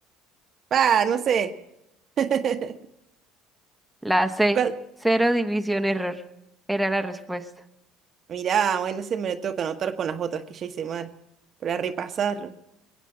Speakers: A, on the right; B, in the centre.
A: Pa, no sé. <laughs>
B: La C.
A: ¿Cuál?
B: Zero division error. Era la respuesta.
A: Mirá, bueno, se me lo tengo que anotar con las otras que ya hice mal, para repasarlo.